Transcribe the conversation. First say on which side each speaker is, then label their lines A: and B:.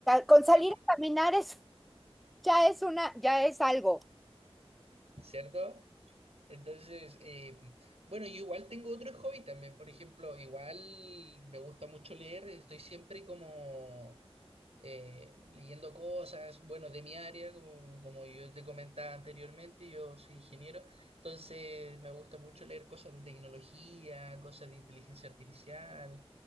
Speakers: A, in the centre; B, on the right.
A: Con salir
B: a-
A: a caminar es, ya es una, ya es algo,
B: ¿cierto? Entonces, eh, bueno, yo igual tengo otros hobbies también, por ejemplo, igual me gusta mucho leer, estoy siempre como eh, leyendo cosas, bueno, de mi área, como, como yo te comentaba anteriormente, yo soy ingeniero, entonces me gusta mucho leer cosas de tecnología, cosas de inteligencia artificial,